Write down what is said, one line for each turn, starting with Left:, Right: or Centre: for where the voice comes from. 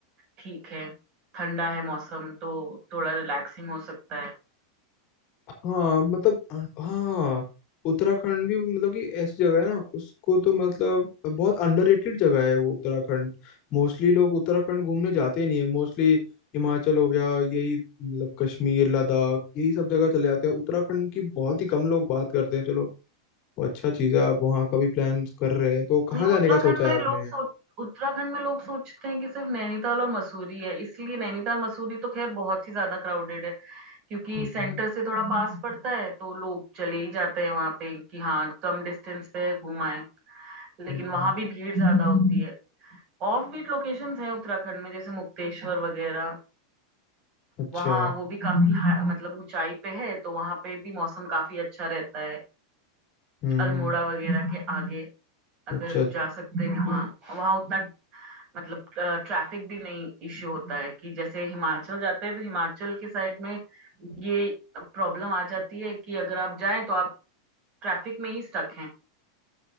Right: ठीक है ठंडा है मौसम तो थोड़ा रिलैक्सिंग हो सकता है
Left: हाँ मतलब हाँ उत्तराखंड भी मतलब कि ऐसी जगह है ना उसको तो मतलब बहुत अंडररेटेड जगह है वो उत्तराखंड मोस्टली लोग उत्तराखंड घूमने जाते ही नहीं है मोस्टली हिमाचल हो गया यही मतलब कश्मीर लद्दाख यही सब जगह चले जाते हैं उत्तराखंड की बहुत ही कम लोग बात करते हैं चलो वो अच्छा चीज़ है आप वहाँ का भी प्लान कर रहे हैं तो कहाँ
Right: नहीं
Left: जाने
Right: उत्तराखंड
Left: का सोचा
Right: में
Left: है आपने
Right: लोग सोच उत्तराखंड में लोग सोचते हैं कि सिर्फ नैनीताल और मसूरी है इसलिए नैनीताल मसूरी तो खैर बहुत ही ज्यादा क्राउडेड है क्योंकि
Left: हम्म,
Right: सेंटर से थोड़ा पास पड़ता है तो लोग चले ही जाते हैं वहां पे कि हाँ कम डिस्टेंस पे घुमाएं लेकिन
Left: हम्म,
Right: वहां भी भीड़ ज्यादा होती है ऑफ बीट लोकेशंस हैं उत्तराखंड में जैसे मुक्तेश्वर वगैरह
Left: अच्छा
Right: वहाँ वो भी काफी हा- मतलब ऊंचाई पे है तो वहां पे भी मौसम काफी अच्छा रहता है
Left: हम्म
Right: अल्मोड़ा वगैरह के आगे अगर
Left: अच्छा
Right: जा सकते हैं वहाँ वहाँ उतना मतलब ट्रैफिक भी नहीं इश्यू होता है कि जैसे हिमाचल जाते हैं तो हिमाचल के साइड में ये प्रॉब्लम आ जाती है कि अगर आप जाएं तो आप ट्रैफिक में ही स्टक हैं